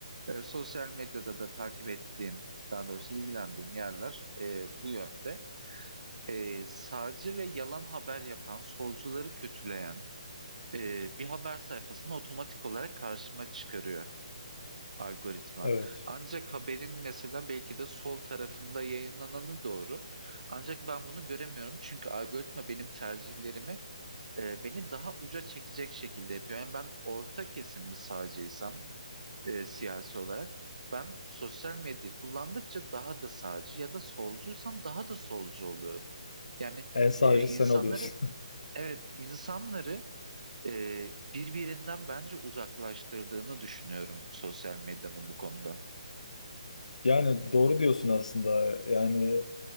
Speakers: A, on the right (about 85°); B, on the left (about 80°).
A: E, sosyal medyada da takip ettiğim, daha doğrusu ilgilendiğim yerler e, bu yönde. E, sağcı ve yalan haber yapan, solcuları kötüleyen e, bir haber sayfasını otomatik olarak karşıma çıkarıyor algoritma.
B: Evet.
A: Ancak haberin mesela belki de sol tarafında yayınlananı doğru. Ancak ben bunu göremiyorum çünkü algoritma benim tercihlerimi e, beni daha uca çekecek şekilde yapıyor. Yani ben orta kesim bir sağcıysam e, siyasi olarak ben sosyal medyayı kullandıkça daha da sağcı ya da solcuysam daha da solcu oluyorum. Yani
B: En sağcı
A: e, insanları
B: sen oluyorsun.
A: evet insanları e, birbirinden bence uzaklaştırdığını düşünüyorum sosyal medyanın bu konuda.
B: <laughs> Yani doğru diyorsun aslında. Yani